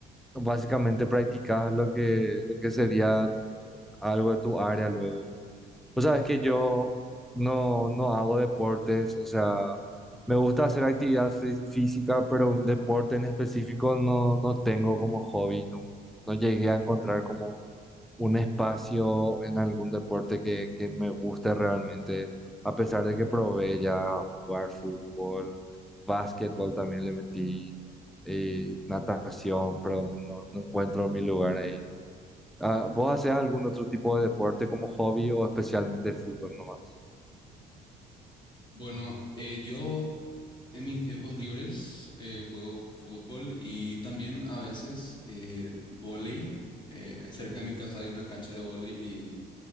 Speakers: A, in the centre; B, on the left.
A: básicamente practicas lo que, lo que sería algo de tu área luego. O sabes que yo no, no hago deportes, o sea, me gusta hacer actividad fí- física, pero un deporte en específico no, no tengo como hobby, no, no llegué a encontrar como un espacio en algún deporte que, que me guste realmente, a pesar de que probé ya jugar fútbol, básquetbol también le metí, eh, natación, pero no, no encuentro mi lugar ahí. Ah, ¿vos hacés algún otro tipo de deporte como hobby o especialmente fútbol nomás?
B: Bueno, eh, yo en mis tiempos libres eh, juego fútbol y también a veces eh, vóley. Eh, cerca de mi casa hay una cancha de vóley y